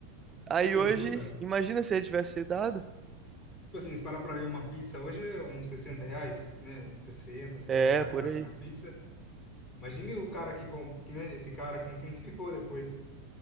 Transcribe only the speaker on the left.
Você pensou,
cara?
Tipo assim, se parar pra ver uma pizza hoje é uns 60 reais, né? sessenta setenta
reais,
acho,
uma pizza. Imagine o cara que, com- que né? Esse cara, como que não ficou depois?